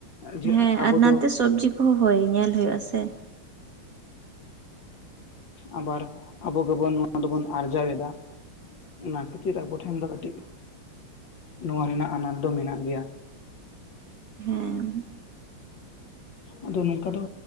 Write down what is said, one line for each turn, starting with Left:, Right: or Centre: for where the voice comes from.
Left: ᱡᱮ
Right: ᱦᱮᱸ
Left: ᱟᱵᱚ
Right: ᱟᱨ
Left: ᱫᱚ
Right: ᱱᱟᱱᱛᱮ ᱥᱚᱵᱽᱡᱤ ᱠᱚᱦᱚᱸ ᱦᱳᱭ ᱧᱮᱞ ᱦᱩᱭᱩᱜ-ᱟ ᱥᱮ᱾
Left: ᱟᱵᱟᱨ ᱟᱵᱚ ᱜᱮᱵᱚᱱ ᱱᱚᱣᱟ ᱫᱚᱵᱚᱱ ᱟᱨᱡᱟᱣ ᱮᱫᱟ᱾ ᱚᱱᱟ ᱠᱷᱟᱹᱛᱤᱨ ᱟᱵᱚ ᱴᱷᱮᱱ ᱫᱚ ᱠᱟᱹᱴᱤᱡ, ᱱᱚᱣᱟ ᱨᱮᱱᱟᱜ ᱟᱱᱟᱴ ᱢᱮᱱᱟᱜ ᱜᱮᱭᱟ᱾
Right: ᱦᱮᱸ᱾
Left: ᱟᱫᱚ ᱱᱚᱝᱠᱟ ᱫᱚ,